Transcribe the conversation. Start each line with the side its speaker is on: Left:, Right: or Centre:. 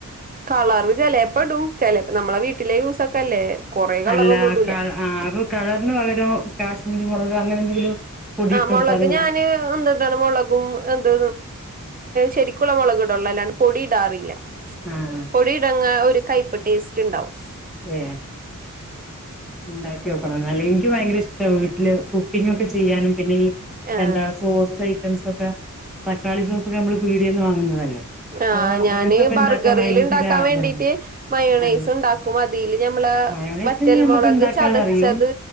Right: കളർ ചെലേപ്പെ ഇടും ചെലപ്പ നമ്മളെ വീട്ടിലെ യൂസൊക്കെ അല്ലേ കൊറേ കളറൊന്നും
Centre: അല്ല
Right: ഇടൂല
Centre: ആ അപ്പൊ കളർന്ന് പകരം കാശ്മീരി മുളക് അങ്ങനെ എന്തെങ്കിലും പൊടിയിട്ട്
Right: ആഹ്
Centre: കൊടുത്താലും
Right: മുളക് ഞാന്
Centre: കാണും
Right: എന്ട്ടാണ് മുളകും എന്ത് ശരിക്കുള മുളക് ഇടള്ളൂ അല്ലാണ്ട് പൊടി ഇടാറില്ല
Centre: ആഹ്
Right: പൊടി ഇടങ്ങ്ഒരു കൈപ്പ് ടേസ്റ്റ് ഉണ്ടാവും
Centre: ഏഹ് ഉണ്ടാക്കി വെക്കണം എന്നാല് എനിക്ക് ഭയങ്കര ഇഷ്ട വീട്ടില് കുക്കിംഗ് ഒക്കെ ചെയ്യാനും പിന്നെ ഈ
Right: ആ
Centre: എന്താ സോസ് ഐറ്റംസ് ഒക്കെ തക്കാളി സോസ് ഒക്കെ നമ്മള് പീടിയന്ന് വാങ്ങുന്നതല്ലേ
Right: ആഹ്
Centre: അപ്പൊ
Right: ഞാന്
Centre: അങ്ങനത്തൊക്കെ
Right: ബർഗറിൽ
Centre: ഉണ്ടാക്കാൻ ഭയങ്കര
Right: ഉണ്ടാക്കാൻ
Centre: ആഗ്രഹാ
Right: വേണ്ടീട്ട് മയണൈസ്
Centre: ആ
Right: ഉണ്ടാക്കും അതിൽ ഞമ്മള്
Centre: മയോണൈസ്
Right: വറ്റൽമുളക്
Centre: ഞമ്മക്ക് ഉണ്ടാക്കാൻ
Right: ചതച്ചത്
Centre: അറിയും